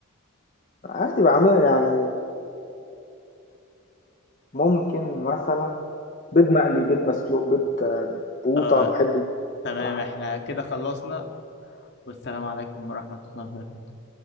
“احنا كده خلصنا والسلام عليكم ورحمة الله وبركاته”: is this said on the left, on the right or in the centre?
Left